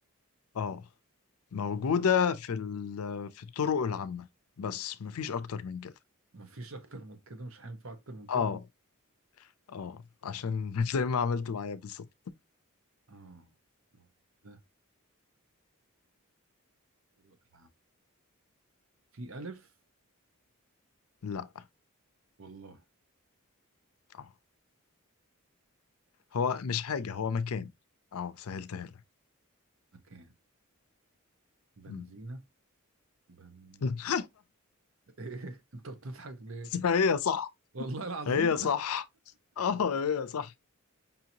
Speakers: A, on the left; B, on the right.
A: اه موجودة في ال- في الطرق العامة بس مفيش أكتر من كده
B: مفيش اكتر من كده مش هينفع اكتر من كده
A: اه اه عشان <laughs> زي ما عملت معايا بالظبط
B: اه موجودة طرق العمل في الف
A: لا
B: والله
A: اه هو مش حاجة هو مكان اه سهلتها لك
B: مكان بنزينة
A: أمم.
B: بن
A: <laughs>
B: <laughs> ايه انت بتضحك ليه
A: هي صح
B: والله العظيم
A: هي صح اه هي صح